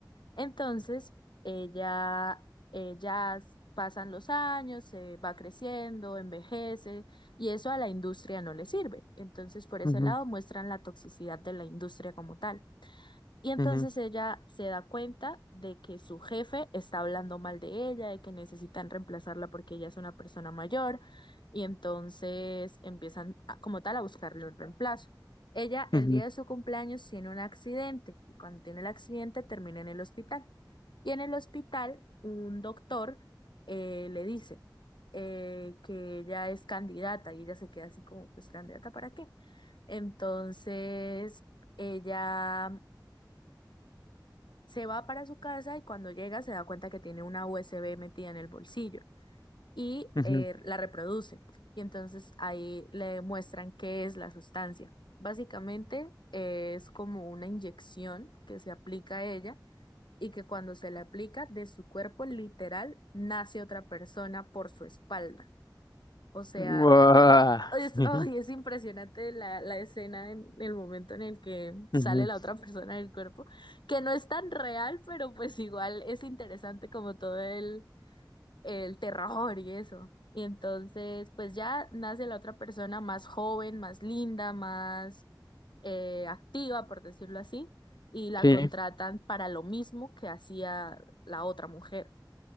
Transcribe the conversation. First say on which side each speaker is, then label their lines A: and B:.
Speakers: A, on the left; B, on the left.
A: Entonces, ella, ella s- pasan los años, se va creciendo, envejece y eso a la industria no le sirve. Entonces, por ese
B: ujú,
A: lado, muestran la toxicidad de la industria como tal. Y entonces
B: ujú,
A: ella se da cuenta de que su jefe está hablando mal de ella, de que necesitan reemplazarla porque ella es una persona mayor, y entonces empiezan a- como tal a buscarle un reemplazo. Ella el
B: ujú,
A: día
B: ujú,
A: de su cumpleaños tiene un accidente y cuando tiene el accidente termina en el hospital. Y en el hospital un doctor eh, le dice eh, que ella es candidata y ella se queda así como, pues candidata ¿para qué? Entonces ella se va para su casa y cuando llega se da cuenta que tiene una USB metida en el bolsillo y
B: ujú.
A: eh, la reproduce. Y entonces ahí le muestran qué es la sustancia. Básicamente eh, es como una inyección que se aplica a ella y que cuando se le aplica de su cuerpo literal nace otra persona por su espalda. O sea,
B: Guau.
A: es,
B: Ujú,
A: ay, es impresionante la, la escena en el momento en el que sale
B: ujú,
A: la otra persona del cuerpo, que no es tan real, pero pues igual es interesante como todo el, el terror y eso. Y entonces, pues ya nace la otra persona más joven, más linda, más eh, activa, por decirlo así, y la
B: Sí.
A: contratan para lo mismo que hacía la otra mujer